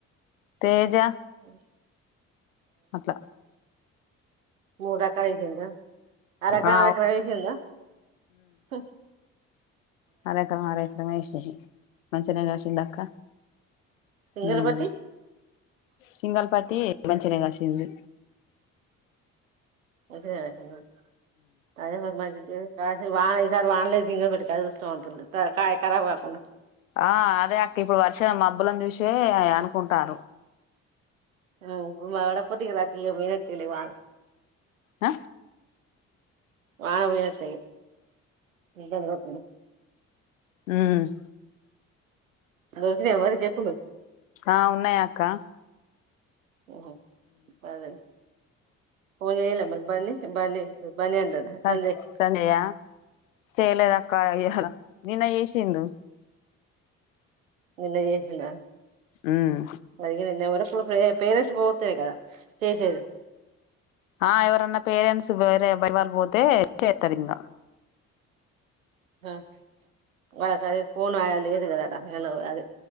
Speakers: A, on the left; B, on the right.
A: తెజా
B: మ్మ్
A: అట్లా
B: మూడు రకలేసిందా అర ఎకరం
A: ఆ
B: ఆర ఎకరం ఏసిందా హుమ్
A: అరేక్రం అరేక్రం మేషింది మంచిగనే కాసిందక్క
B: సింగల్
A: మ్మ్
B: పట్టి
A: సింగల్ పత్తి మంచిగనే గశింది
B: మంచిగానే కసిందా అదే మరి మంచినే ఏ కసే వాన్ ఈసారి వానలేదు సింగల్ పట్టికి అదృష్టవంతులు క కాయ కరబ్ కాకుండా
A: ఆ అదే అక్క ఇప్పుడు వర్షం మబ్బులను జూషె అనుకుంటార్రు
B: హు మ్మ్ ఇప్పుడు పడక పోతే ఇగ లక్ ఈగ పోయినట్టే లే వాన
A: అ
B: వాన పోయినట్టే ఇగ
A: మ్మ్
B: దొరికినయా మరి చెప్పులు
A: ఆ ఉన్నాయక్క
B: మ్మ్ హు పాదన్ ఫోన్ జేయాలే మరి బన్నీ బన్నీ బన్నాంటనా
A: స
B: సంజయ్
A: సంజయ చేయలేదక్క ఇయల నిన్న చేషిండు
B: నిన్న చేశిండా
A: ఉమ్
B: మరి నిన్న ఎవరప్పుడు వే పేరేస్స్ట్ పోతే గదా చేసేది
A: ఆ ఎవరన్న పేరెంట్స్ వేరే ఎవ్వరివాళ్ళు వోతే చేత్తదింగ
B: ఆ వాళ్ళకదే ఫోను అయలేదు గదా ఏన్న అదే